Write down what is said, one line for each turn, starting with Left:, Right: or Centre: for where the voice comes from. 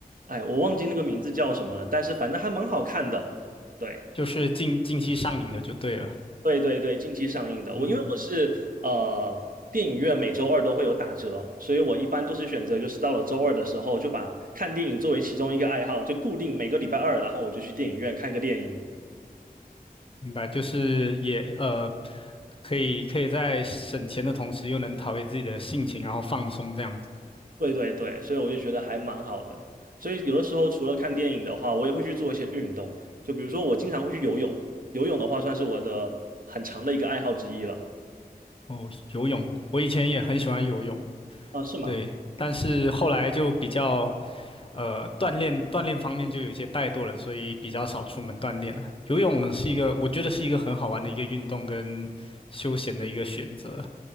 Right: 哎，我忘记那个名字叫什么了，但是反正还蛮好看的。对。
Left: 就是近近期上映的就对了。
Right: 对对对，近期上映的。
Left: 嗯，
Right: 我因为我是呃电影院每周二都会有打折，所以我一般都是选择就是到了周二的时候就把看电影作为其中一个爱好，就固定每个礼拜二，然后我就去电影院看个电影。
Left: 明白，就是也呃，可以可以在省钱的同时，又能陶冶自己的性情，然后放松这样子。
Right: 对对对，所以我就觉得还蛮好的。所以有的时候除了看电影的话，我也会去做一些运动，就比如说我经常会去游泳，游泳的话算是我的很长的一个爱好之一了。
Left: 哦，游泳，我以前也很喜欢游泳，
Right: 啊，是吗？
Left: 对，但是后来就比较呃锻炼锻炼方面就有些怠惰了，所以比较少出门锻炼了。游泳是一个，我觉得是一个很好玩的一个运动跟休闲的一个选择。